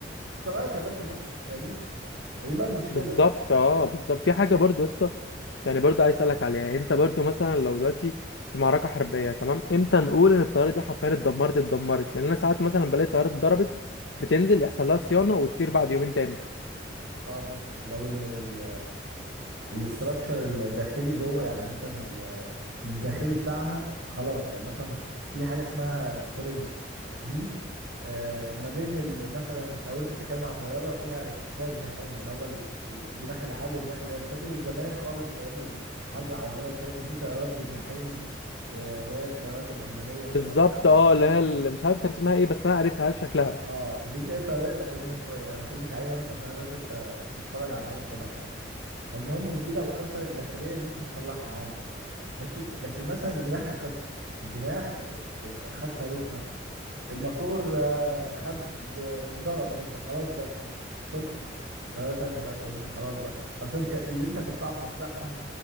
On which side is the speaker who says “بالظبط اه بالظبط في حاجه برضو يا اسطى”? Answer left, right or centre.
Left